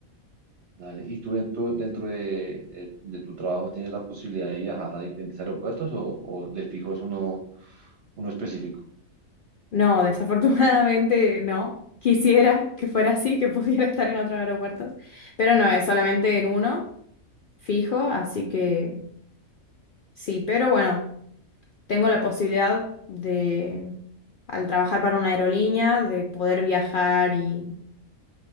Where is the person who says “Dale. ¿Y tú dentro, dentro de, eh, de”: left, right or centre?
Right